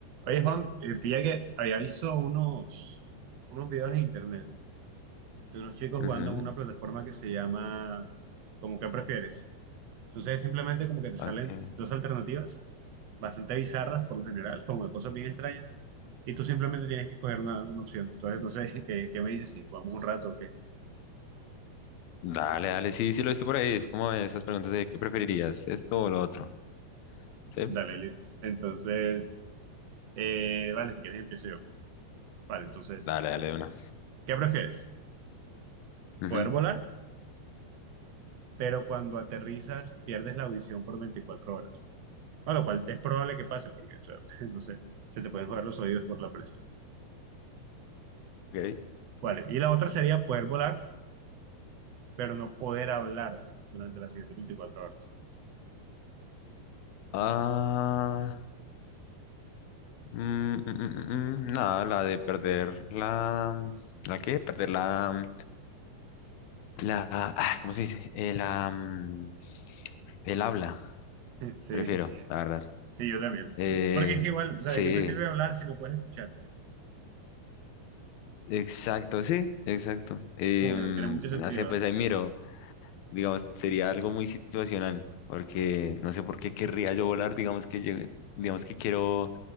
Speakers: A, on the right; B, on the left.
A: Oye, Juan, eh, pilla que había visto unos, unos videos en internet de unos chicos jugando
B: Ujú,
A: en una plataforma que se llama como que prefieres? Entonces es simplemente como que te salen
B: ok.
A: dos alternativas bastante bizarras por lo general, como de cosas bien extrañas, y tú simplemente tienes que escoger una, una opción. Entonces, no sé, <laughs> ¿qué, qué me dices? Si jugamos un rato o qué.
B: Dale, dale, sí, sí lo viste por ahí. Es como esas preguntas de qué preferirías, esto o lo otro. ¿Sí?
A: Dale, listo. Entonces, eh, vale, si quieres empiezo yo. Vale, entonces,
B: Dale, dale, de una.
A: ¿qué prefieres?
B: Ujú,
A: Poder volar, pero cuando aterrizas pierdes la audición por veinticuatro horas A lo cual es probable que pase, porque, o sea, <laughs> no sé, se te pueden joder los oídos por la presión.
B: ok.
A: Vale, y la otra sería poder volar, pero no poder hablar durante las siguientes 24 horas.
B: Ah, mm, mm, mm, mm, mm, nada, la de perder la. ¿La qué? Perder la. La. ah, ¿cómo se dice? Eh, la, mm, el habla,
A: <laughs> Sí,
B: prefiero, la verdad.
A: sí, yo también.
B: Eh,
A: Porque es que igual, o sea,
B: sí,
A: ¿de qué te sirve hablar si no puedes escuchar?
B: exacto, sí, exacto. Em,
A: Como que no tiene mucho
B: no
A: sentido,
B: sé, pues ahí miro. digamos, sería algo muy situacional, porque no sé por qué querría yo volar, digamos que llegue- digamos que quiero,